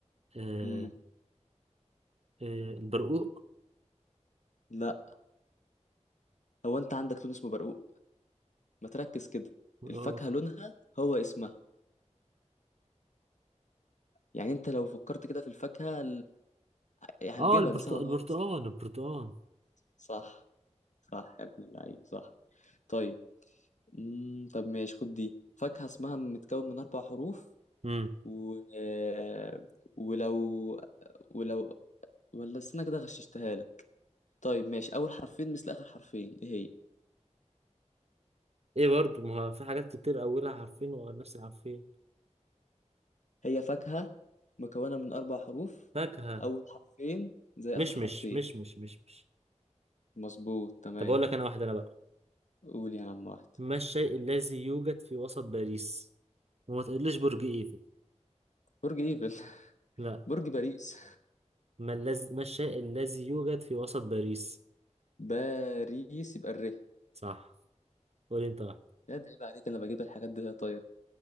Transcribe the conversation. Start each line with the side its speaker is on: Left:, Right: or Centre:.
Right: آه
Left: مم.
Right: آه البرقوق
Left: لا هو أنت عندك لون اسمه برقوق ما تركز كده
Right: اه
Left: الفاكهة لونها هو اسمها يعني أنت لو فكرت كده في الفاكهة إيه هتجيبها
Right: آه، البرتق-
Left: دي سهلة
Right: البرتقال
Left: خالص يعني
Right: البرتقال
Left: صح صح يا ابن اللعيب صح طيب مم. طب ماشي خد دي فاكهة اسمها متكون من أربع حروف
Right: امم
Left: و... آه، ولو ولو ولا استنى كده غششتها لك طيب ماشي أول حرفين مثل آخر حرفين إيه هي
Right: ايه برضو ما هو في حاجات كتير اولها عارفين والناس عارفين
Left: هي فاكهة مكونة من أربع حروف
Right: فاكهة
Left: أول حرفين زي
Right: مش
Left: آخر حرفين
Right: مش مش مش مش مش
Left: مظبوط تمام
Right: طب اقول لك انا واحدة انا بقى
Left: قول يا عم واحد
Right: ما الشيء الذي يوجد في وسط باريس وما تقوليش برج ايفل
Left: برج ايفل <laughs>
Right: لا
Left: برج باريس
Right: ما, اللز... ما الشيء الذي يوجد في وسط باريس
Left: باريس يبقى الر
Right: صح قولي انت واحد
Left: يا ده عيب عليك انا بجيب الحاجات دي وهي طايره